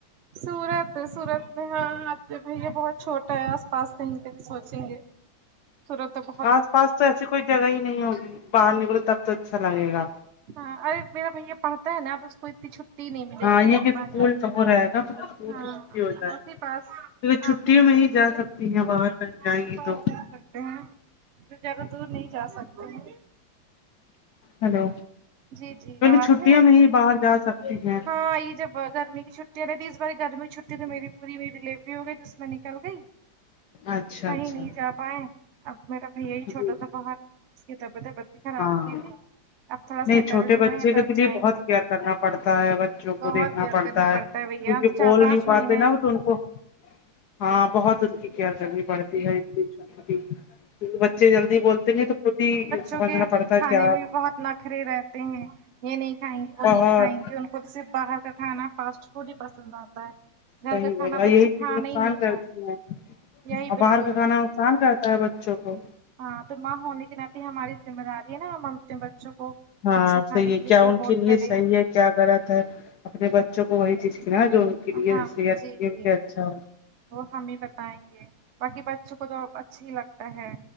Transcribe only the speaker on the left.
آس پاس تو ایسی کوئی جگہ ہی نہیں ہوگی باہر نکلو تب تو اچھا لگے گا
ہاں
یہ
اسکول
کا ہو رہے گا پھر اسکول
کی چھٹی ہو جائے
گی
کیونکہ چھٹیوں
میں جا سکتی ہیں باہر کہیں جائیں
گی
تو
ہلو
چھٹیوں
میں
ہی باہر جا سکتی ہیں
اچھا
اچھا
جی
ہاں
نہیں
چھوٹے
بچے
کے
لیے
بہت
کیئر کرنا پڑتا ہے بچوں کو
دیکھنا
پڑتا
ہے
کیونکہ
بول
نہیں پاتے
نا
ان کو ہاں بہت ان کی کیئر کرنی پڑتی ہے بھی بچے جلدی بولتے نہیں تو خود ہی سمجھنا
پڑتا ہے
کیا
بہت
سہی
بولے
یہی چیز
نقصان
کرتی
ہے
اور باہر
کا کھانا نقصان رہتا ہے بچوں کو
ہاں
صحیح
کیا
ان کے لیے
صحیح ہے کیا غلط ہے اپنے بچوں کو وہی چیز کی نا جو ان کے لیے
صحت
کے لیے
ان کے لئے اچھا ہو